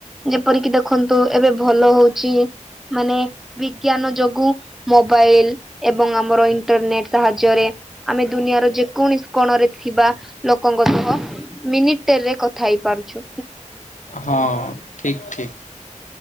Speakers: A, in the centre; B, on the left (about 70°).
A: ଯେପରିକି ଦେଖନ୍ତୁ ଏବେ ଭଲ ହଉଛି ମାନେ ବିଜ୍ଞାନ ଯୋଗୁଁ ମୋବାଇଲ ଏବଂ ଆମର ଇଣ୍ଟରନେଟ ସାହାଯ୍ୟରେ ଆମେ ଦୁନିଆର ଯେକୌଣସି କୋଣରେ ଥିବା ଲୋକଙ୍କ ସହ ମିନିଟେରି ରେ କଥା ହେଇପାରୁଛୁ।
B: ହଁ ଠିକ୍ ଠିକ୍।